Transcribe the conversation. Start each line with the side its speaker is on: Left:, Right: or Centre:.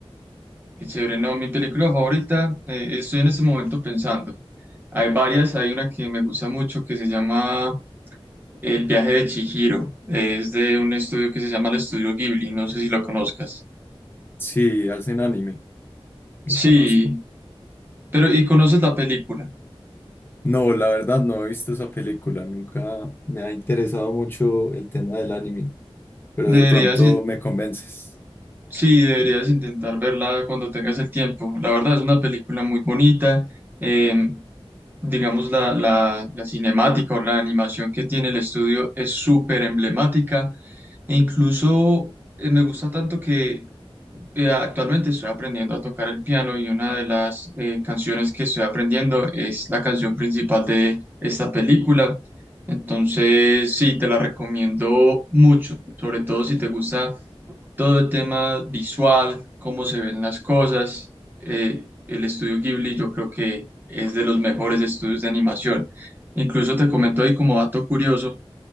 Right: Qué chévere, no, mi película favorita, eh, estoy en este momento pensando. Hay varias, hay una que me gusta mucho que se llama El viaje de Chihiro. Es de un estudio que se llama el Estudio Ghibli, no sé si lo conozcas.
Left: Sí, hacen anime, lo
Right: Sí,
Left: conozco.
Right: pero ¿y conoces la película?
Left: No, la verdad no he visto esa película, nunca me ha interesado mucho el tema del anime, pero
Right: Deberías
Left: de pronto me convences.
Right: Sí, deberías intentar verla cuando tengas el tiempo. La verdad es una película muy bonita. eh, digamos, la, la, la cinemática o la animación que tiene el estudio es súper emblemática e incluso eh, me gusta tanto que eh, actualmente estoy aprendiendo a tocar el piano y una de las eh, canciones que estoy aprendiendo es la canción principal de esta película. Entonces, sí, te la recomiendo mucho, sobre todo si te gusta todo el tema visual, cómo se ven las cosas. Eh, el estudio Ghibli yo creo que es de los mejores estudios de animación. Incluso te comento ahí como dato curioso,